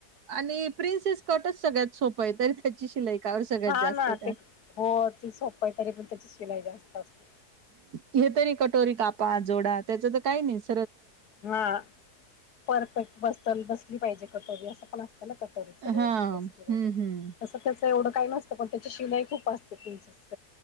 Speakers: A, on the right; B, on the left.
A: आणि प्रिन्सेस कटच सगळ्यात सोपं आहे तरी त्याची शिलाई कावर सगळ्यात
B: हा
A: जास्त
B: ना
A: आहे
B: ते
A: का
B: हो ते सोपं आहे. तरी पण त्याची शिलाई जास्त असते.
A: हे तरी कटोरी कापा जोडा. त्याच तर काही नाहीच
B: हां परफेक्ट बसल बसली पाहिजे कटोरी असं पण असत. कटोरी व्यवस्थित
A: हा हम्म हम्म
B: तसं त्याच एवढं काही नसतं पण त्याची शिलाई खूप असते. प्रिंसेसची